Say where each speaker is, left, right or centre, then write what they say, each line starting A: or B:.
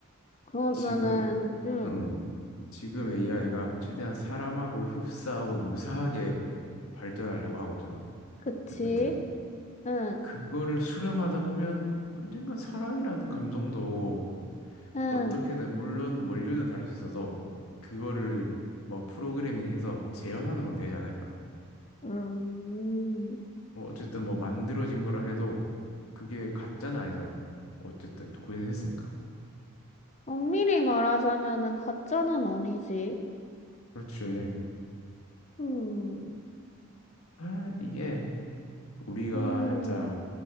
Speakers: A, on the left; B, on the left.
A: 그러면은
B: 지금,
A: 응,
B: 음, 지금 AI가 최대한 사람하고 흡사하고 유사하게 발전하려고 하고 있잖아.
A: 그치?
B: 어쨌든
A: 응,
B: 그거를 수렴하다 보면 언젠간 사랑이라는 감정도
A: 응,
B: 어떻게든 물론 원료는 다를 수 있어서 그거를 뭐 프로그래밍 해서 재현하는 건 되지 않을까?
A: 음. 음,
B: 뭐 어쨌든 뭐 만들어진 거라 해도 그게 가짜는 아니잖아. 어쨌든 구현을 했으니까.
A: 엄밀히 말하자면은 가짜는 아니지.
B: 그렇지.
A: 음,
B: 아, 이게 우리가
A: 음,
B: 살짝